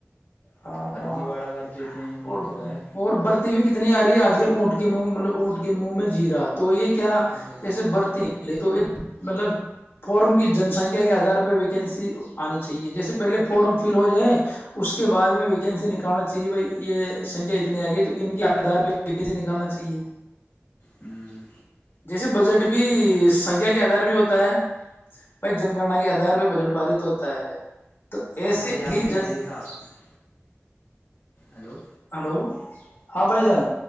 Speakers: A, on the left; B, on the left.
A: ہاں
B: فرضی واڑہ کر دیتے ہیں وہ
A: اور
B: تو ہے
A: اور برتی بھی کتنی آ رہی ہے آج کل اونٹ کے منہ مطلب اونٹ کے منہ میں جییرا تو یہ کیا
B: وہ
A: کیا
B: تو
A: جسے
B: ہے
A: برتے نکلے تو مطلب فارم کی جنسنکھیا کے آدار پر ویکینسی آنی چاہیے جیسے پہلے فارم فل ہو جائیں اس کے بعد میں ویکینسی نکالنا چاہے بھ یہ سنکھیا اتنے آ گئی تو ان کے آدار پہ پ کی سےے نکالنا چاہیے
B: ہوں
A: جیسے بجٹ بھی سنکھیا کے آدار بھیہ ہوتا ہے بھائی جن گننا کے آدھار آدار پ بجٹ پارت ہوتا ہے تو ایسے
B: بھائی آپ
A: ہی
B: نے
A: جن
B: دیکھا ہوگا ہلو
A: ہلو ہاں بھائی جان